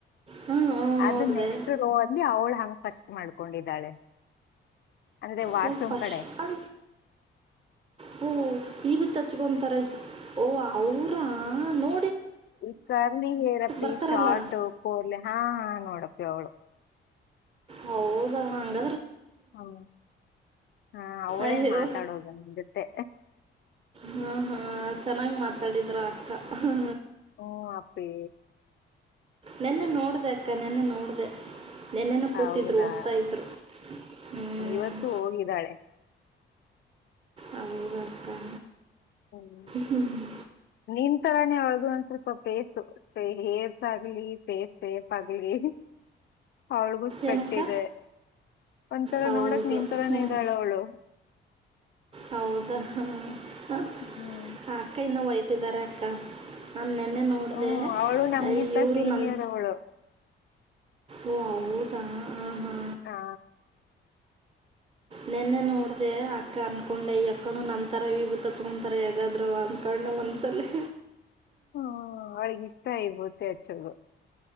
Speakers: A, on the right; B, on the left.
A: ಹಾಂ ಹಾಂ
B: ಅದು
A: ನೋಡಿದೆ
B: ನೆಕ್ಸ್ಟ್ ರೋ ಅಲ್ಲಿ ಅವಳು ಹಂಗ ಫಸ್ಟ್ ಮಾಡ್ಕೊಂಡಿದ್ದಾಳೆ ಅಂದ್ರೆ ವಾಶ್ರೂಮ್
A: ಹ್ಮ ಫಸ್
B: ಕಡೆ
A: ಅ ಹ್ಮ ಈ ಬಿತ್ತ <unintelligible> ಓ ಅವ್ರ ನೋ
B: ಈ ಕರ್ಲಿ ಏರಪ್ಪಿ
A: ಬರ್ತಾರಲ್ಲ
B: ಶಾರ್ಟು ಕೋರ್ಲೆ ಹಾ ನೋಡಪಿ ಅವಳು
A: ಹೌದ ಹಂಗ
B: ಹ್ಮ ಹಾ ಅವಳೇ
A: ಅಯ್ಯೋ
B: ಮಾತಾಡೋದು ನನ್ನ ಜೊತೆ
A: ಹಾ ಹಾ ಚೆನ್ನಾಗ್ ಮಾತಾಡಿದ್ರು ಅಕ್ಕ ಹ
B: ಹ್ಮ ಅಪ್ಪಿ
A: ನೆನ್ನೆ ನೋಡ್ದ ಅಕ್ಕ ನೆನ್ನೆ ನೋಡ್ದ ನಿನ್ನೆನು. ಕೂತಿದ್ರು
B: ಹೌದಾ
A: ಓದ್ತಾ ಇದ್ರು ಹ್ಮ್.
B: ಇವತ್ತು ಹೋಗಿದ್ದಾಳೆ
A: ಹೌದಕ್ಕಾ
B: ಹ್ಮ್
A: ಹ್ಮ್.
B: ನಿನ್ ತರಾನೇ ಅವ್ಳ್ದ ಒಂದ್ ತರ ಸ್ವಲ್ಪ ಪೇಸು ಏರ್ಸ್ ಆಗ್ಲಿ. ಪೇಸ್ ಸೇಫ್ ಪಗ್ಲಿ. ಅವ್ಳ್ಗು ಸ್ಪೆಕ್ಟ್
A: ಏನಕ್ಕ
B: ಇದೆ ಒಂದ್ ತರ
A: ಹೌದು
B: ನೋಡಕ್ ನಿನ್ ತರಾನೇ
A: ಹ್ಮ್
B: ಇದಾಳ್ ಅವ್ಳು.
A: ಹೌದಾ ಹ
B: ಹ್ಮ್
A: ಅಕ್ಕ ಇನ್ನೂ ವೈಟಿದರೆ ಅಕ್ಕ. ನಾನ್ ನೆನ್ನೆ ನೋಡ್ದೆ
B: ಹ್ಮ್ ಅವಳು ನಮ್ಗಿಂತ
A: ಇವ್ರು
B: ಸೀನಿಯರ್
A: ನಮ್.
B: ಅವಳು
A: ಓ ಹೌದ ಹ ಹಾ.
B: ಹಾ
A: ನೆನ್ನೆ ನೋಡ್ದೆ ಅಕ್ಕ ಅನ್ಕೊಂಡೆ ಈ ಅಕ್ಕ ನಮ್ ತರ ವಿಬುತಿ ತಚ್ಕೊಂತಾರೆ ಯಗಾದ್ರು ಅಂತ ನ್ಣ ಮನ್ಸಲಿ.
B: ಹ ಅವ್ಳಿಗ್ ಇಷ್ಟ ಇಬುತಿ ಅಚ್ಚದು.